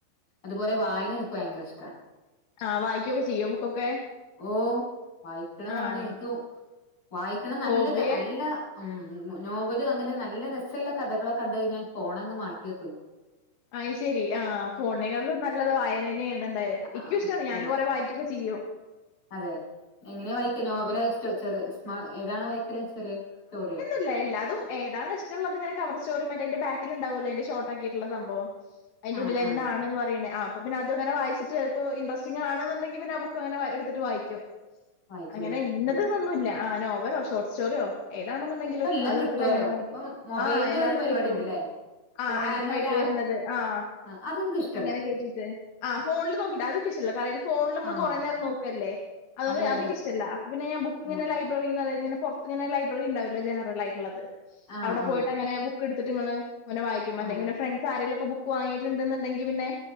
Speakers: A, on the left; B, on the left.
A: അതുപോലെ വായന എനിക്ക് ഭയങ്കര ഇഷ്ടാ
B: ആഹ് വായിക്കൊക്കെ ചെയ്യോ ബുക്കൊക്കെ
A: ഓ വായിക്കണതാണ്
B: ആഹ്
A: എനിക്കും വായിക്കണം നല്ലൊരു
B: ഹോബിയ
A: നല്ല ഉം നോവലും അങ്ങനെ നല്ല രസഉള്ള കഥകളക്കെ കണ്ട് കഴിഞ്ഞ ഫോണങ്ങ് മാറ്റിവെക്കും ഞ
B: അയി് ശരി ആ ഫോണങ്ങളും നല്ലത് വായന തനെയാണ് എന്തായാലും
A: ആ,
B: എിക്കും ഇഷ്ടാണ് ഞാൻ
A: ഉം
B: കൊറെ വായിക്കൊക്കെ ചെയ്യോ
A: അതെ എങ്ങനെ വായി നോവലോ സ്റ്റോ ചെറ സ്മാ ഏതാണ്‌ വായിക്കല് ചെറിയ സ്റ്റോറിയോ
B: ഇല്ല എല്ലാതും ഏതാണ് ഇഷ്ടള്ളത് ഇങ്ങനെ കവർ സ്റ്റോറി മറ്റേ അതിന്റെ ബാക്കിൽ ഉണ്ടാവുല്ലെ അതിന്റെ ഷോർട്ടാക്കിയിട്ടുള്ള സംഭവം. അതിന്റെ
A: ആഹ്
B: ഉള്ളിൽ
A: ആഹ്
B: എന്താണന്ന് പറയണേ ആഹ് അപ്പ പിന്നെ അത്ങ്ങനെ വായിച്ചിട്ട് പ്പൊ ഇൻറസ്റ്റിങ് ആണ്‌ന്നുണ്ടെങ്കിൽ പിന്നെ ബുക്ക് അങ്ങനെ എടുത്തിട്ട് വായിക്കും.
A: വായിക്കൂല്ലേ
B: അങ്ങനെ ഇന്നതൊന്നുല്ല
A: ആഹ്
B: ആഹ് നോവലോ ഷോർട്ട് സ്റ്റോറിയോ ഏതാണെന്നുണ്ടെങ്കി
A: ഇപ്പ എല്ലാം
B: അതെടുത്തിട്ട്
A: കിട്ടുവല്ലോ
B: അങ്ങനെ വായിക്കും
A: ഇപ്പം മൊബൈലില്
B: ആഹ് എല്ലാതും
A: ഒരു പരിപാടി
B: കിട്ടും.
A: ഉണ്ടല്ലേ
B: ആഹ്
A: ഫോണിലന്നെ
B: ആപ്പ് ആയിട്ട്
A: ഒരു
B: വരുന്നത് ആഹ്
A: ആഹ് അതിന്ക്ക് ഇഷം
B: അങ്ങനെ കേട്ടിട്ട് ആഹ് ഫോണിൽ നോക്കിട്ട് അതുക്കിഷ്ടല്ല കറയ ഫോണിൽ നമ്മള്
A: ആഹ്
B: കുറേ നേരം നോക്കല്ലേ അതൊണ്ട്
A: അതെ അതെ
B: അത് ഇഷ്ടല്ല അപ്പ പിന്ന ഞാ ബുക്ക്ങ്ങനെ
A: ആഹ്
B: ലൈ.. ലൈബ്രറിൽന്ന് അതായത്ങ്ങനെ പുറത്ത്ങ്ങനെ ലൈബ്രറി ഉണ്ടാവല്ലോ ജനറൽ ആയിട്ടുള്ളത്
A: ആഹ്
B: അവിടെ
A: ആഹ്
B: പോയിട്ട് അങ്ങനെ ബുക്ക് എടുത്തിട്ട്ങ്ങള്ങ്ങനെ വായിക്കും അല്ലെങ്കി
A: ആഹ്
B: പിന്നെ ഫ്രണ്ട്സ് ആരെലൊക്കെ ബുക്ക് വാങ്ങിട്ടുണ്ടുന്നുണ്ടങ്കിൽ പിന്നെ